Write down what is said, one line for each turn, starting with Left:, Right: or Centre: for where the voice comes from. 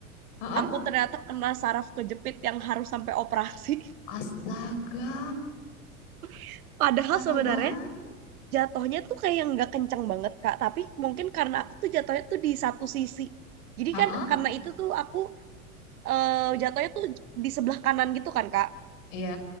Left: Heeh.
Right: aku ternyata kena saraf kejepit yang harus sampai operasi.
Left: Astaga,
Right: <laughs> Padahal
Left: parah
Right: sebenarnya
Left: banget.
Right: jatuhnya tuh kayak nggak kencang banget Kak, tapi mungkin karena aku tuh jatuhnya tuh di satu sisi. Jadi
Left: Heeh,
Right: kan karena itu tuh aku eh, jatuhnya tuh di sebelah kanan gitu kan Kak.
Left: iya.